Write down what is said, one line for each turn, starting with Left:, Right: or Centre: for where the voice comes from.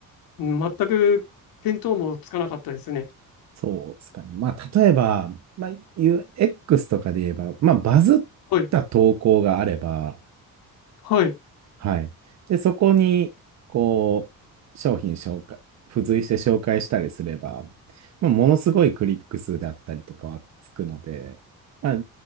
Left: うん全く見当もつかなかったですね。
Right: そうですかね。まあ例えば、まあ UX とかで言えば、まあバズっ
Left: はい。
Right: た投稿があれば、
Left: はい。
Right: はい。で、そこに、こう、商品紹介、付随して紹介したりすれば、まあ、ものすごいクリック数であったりとかはつくので、まあ、